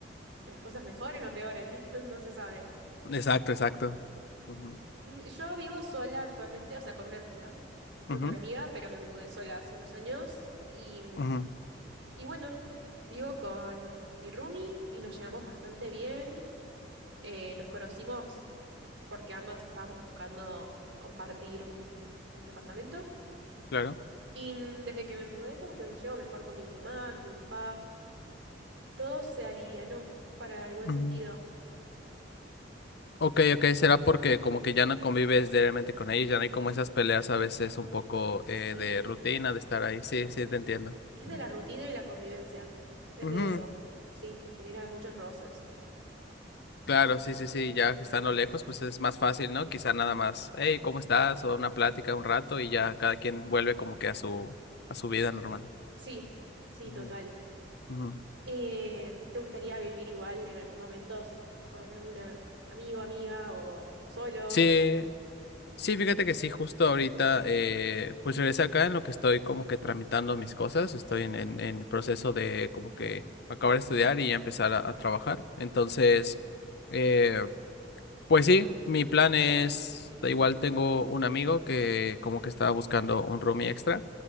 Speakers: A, on the right (about 85°); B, on the left (about 60°).
A: que las cosas mejoren o peoren, <laughs> no se sabe.
B: Exacto, exacto. Ujú,
A: Mm, Yo vivo sola actualmente, o sea, con una amiga. Vivo
B: ujú,
A: con una amiga, pero me mudé sola hace unos años y mm,
B: ujú,
A: Y bueno, vivo con mi roomie y nos llevamos bastante bien. Eh, nos conocimos porque ambas estábamos buscando compartir un, un- un departamento.
B: claro.
A: Y mm, desde que me mudé, como que me llevo mejor con mi mamá, con mi papá. Todo se alivianó para el buen
B: Ujú.
A: sentido.
B: Ok, ok, será porque como que ya no convives diariamente con ellos, ya no hay como esas peleas a veces un poco
A: Sí,
B: eh, de rutina, de estar ahí. Sí, sí, te entiendo.
A: es de la rutina y la convivencia. Es
B: Ujú,
A: de eso. Sí, que genera muchos roces.
B: Claro, sí, sí, sí, ya que estando lejos, pues es más fácil, ¿no? Quizá nada más, hey, ¿cómo estás? O una plática un rato y ya cada quien vuelve como que a su, a su vida normal.
A: Sí, sí,
B: Ujú,
A: total.
B: ujú.
A: Eh, ¿te gustaría vivir igual en algún momento s- con algún amigo, amiga o solo?
B: Sí, Sí, fíjate que sí, justo ahorita, eh, pues regresé acá en lo que estoy como que tramitando mis cosas, estoy en, en, en proceso de como que acabar de estudiar y ya empezar a, a trabajar. Entonces, eh, pues sí, mi plan es, da igual tengo un amigo que como que estaba buscando un roomie extra